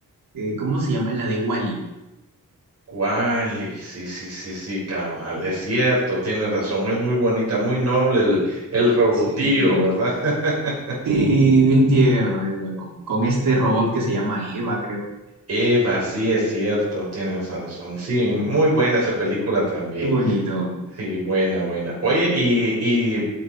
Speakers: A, on the right (about 85°); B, on the right (about 50°).
A: eh, ¿cómo se llama? La de Wall-E.
B: ¿Cuál? Sí, sí, sí, sí, cabal, es cierto, tienes razón, es muy bonita, muy noble el, el robotío,
A: Sí.
B: ¿verdad? <laughs>
A: Sí, bien tierno era con, con este robot que se llama Eva, creo.
B: Eva, sí, es cierto, tienes razón. Sí, muy buena esa película también.
A: Qué bonito.
B: Sí, buena, buena. Oye, ¿y, y